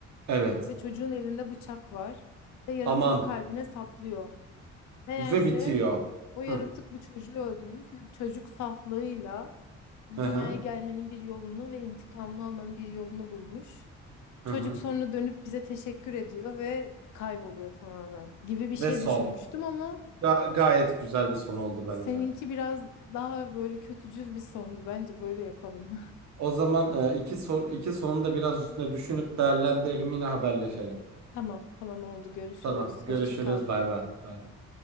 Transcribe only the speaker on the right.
Evet.
Aman.
Ve bitiyor.
Hı
hı
hı.
hı hı.
Ve
son.
Ga- gayet güzel bir son
oldu bence.
O zaman e, iki sor iki sorunu da biraz üstüne düşünüp değerlendirelim yine haberleşelim.
Tamam. Görüşürüz.
Bay bay. Bay bay.